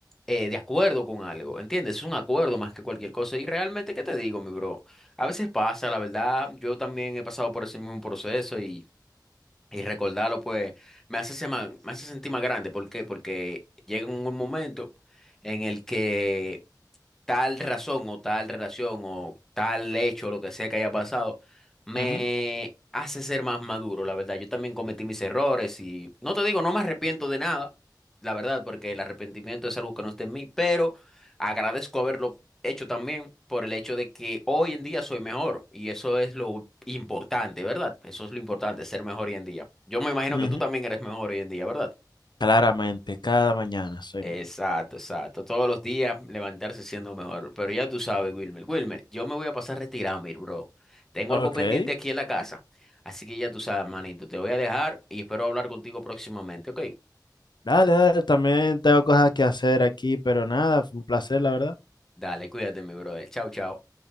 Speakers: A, in the centre; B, on the left.
A: eh, de acuerdo con algo, ¿entiendes? Es un acuerdo más que cualquier cosa. Y realmente, ¿qué te digo, mi bro? A veces pasa, la verdad. Yo también he pasado por ese mismo proceso y, y recordarlo, pues, me hace, se ma- me hace sentir más grande. ¿Por qué? Porque llega un momento en el que tal razón o tal relación o tal hecho, lo que sea que haya pasado, me
B: ujú,
A: hace ser más maduro, la verdad. Yo también cometí mis errores y no te digo, no me arrepiento de nada, la verdad, porque el arrepentimiento es algo que no está en mí, pero agradezco haberlo hecho también por el hecho de que hoy en día soy mejor y eso es lo importante, ¿verdad? Eso es lo importante, ser mejor hoy en día. Yo me imagino
B: ujú,
A: que tú también eres mejor hoy en día, ¿verdad?
B: Claramente, cada mañana soy.
A: Exacto,
B: mejor.
A: exacto. Todos los días levantarse siendo mejor. Pero ya tú sabes, Wilmer. Wilmer, yo me voy a pasar retirado, mi bro. Tengo
B: Ok.
A: algo pendiente aquí en la casa. Así que ya tú sabes, manito. Te voy a dejar y espero hablar contigo próximamente, ¿ok?
B: Dale, dale, también tengo cosas que hacer aquí, pero nada, fue un placer, la verdad.
A: Dale, cuídate, mi brother. Chao, chao.